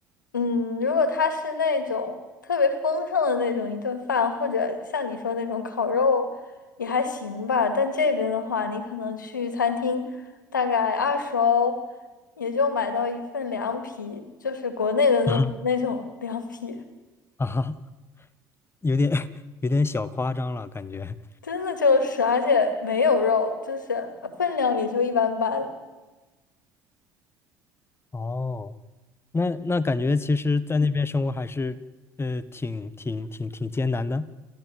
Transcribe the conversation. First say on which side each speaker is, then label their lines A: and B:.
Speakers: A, on the left (about 80°); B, on the left (about 25°).
A: 嗯，如果它是那种特别丰盛的那种一顿饭，或者像你说那种烤肉，也还行吧。但这边的话，你可能去餐厅，大概二十欧，也就买到一份凉皮，就是国内的那那种凉皮，
B: 啊 <laughs> 啊哈有点 <laughs> 有点小夸张了，感觉。
A: 真的就是，而且没有肉，就是呃分量也就一般般。
B: 哦，那那感觉其实，在那边生活还是呃挺挺挺挺艰难的